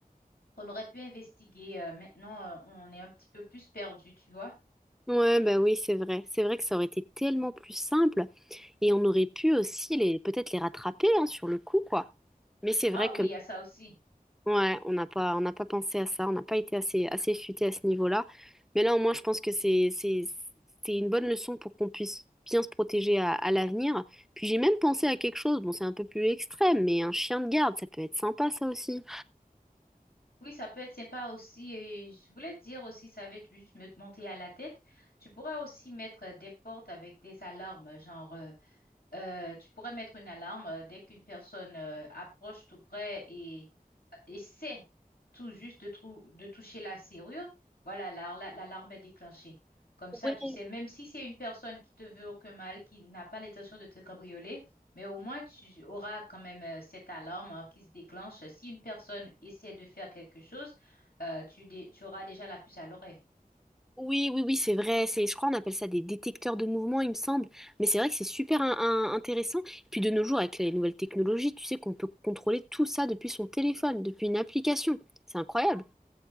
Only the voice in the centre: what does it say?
Ouais, bah oui, c'est vrai. C'est vrai que ça aurait été tellement plus simple et on aurait pu aussi les peut-être les rattraper hein, sur le coup, quoi. Mais c'est
vrai que
ouais, on n'a pas on n'a pas pensé à ça, on n'a pas été assez assez futé à ce niveau-là. Mais là, au moins, je pense que c'est c'est c'est une bonne leçon pour qu'on puisse bien se protéger à, à l'avenir. Puis j'ai même pensé à quelque chose. Bon, c'est un peu plus extrême, mais un chien de garde, ça peut être sympa, ça aussi.
Ouais,
Oui, oui, oui, c'est vrai. C'est, je crois, on appelle ça des détecteurs de mouvement, il me semble. Mais c'est vrai que c'est super in- in- intéressant. Puis de nos jours, avec les nouvelles technologies, tu sais qu'on peut contrôler tout ça depuis son téléphone, depuis une application. C'est incroyable.